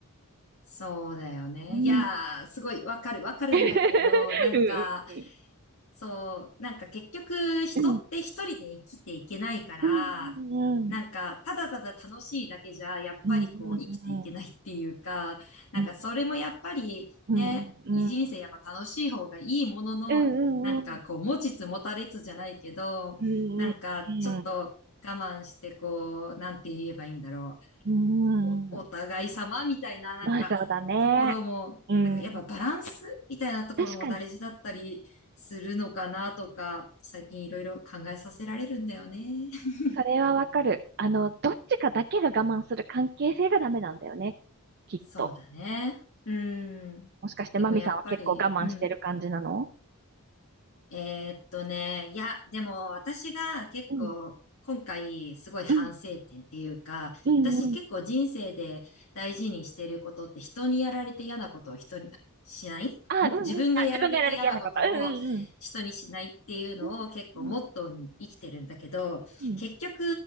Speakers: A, on the left; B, on the right.
A: そうだよね。
B: うん。
A: いやー、すごいわかる、わかるんだけれど、
B: <laughs>
A: なんか、
B: うん
A: そう、なんか結局人って一人で生きていけないから、
B: うん。うん。うん。
A: なんかただただ楽しいだけじゃやっぱりこう生きていけないっていうか、
B: うん。
A: なんかそれもやっぱりね、
B: うん。うん。うん。うん。
A: 人生やっぱ楽しい方がいいものの、
B: うん。
A: なんかこう持ちつ持たれつじゃないけど、
B: うん。う
A: なんかちょっと我慢してこう、
B: ん。
A: なんて言えばいいんだろう。
B: うん。
A: お、お互い様みたいな、なんか、
B: まあそうだね。
A: ところも、
B: うん。
A: なんかやっぱバランスみたいなところも大事だったりするのかなとか、
B: 確かに。
A: 最近いろいろ考えさせられるんだよね。<laughs>
B: それはわかる。あの、どっちかだけが我慢する関係性がダメなんだよね。きっと。
A: そうだね。うん。
B: もしかしてマミさんは結構我慢してる感じなの
A: でもやっぱり、うん。えーっとね、いや、でも私が結構今回すごい反省点っていうか、
B: うん。うん。うんうん。
A: 私結構人生で大事にしてることって人にやられて嫌なことを人にしないん自分がやられて嫌なことを人にしないっていうのを結構モットーに生きてるんだけど、
B: あ、うんうん。うあ、自分がやられて嫌なこと。うんうんうん。うん。うん。
A: 結局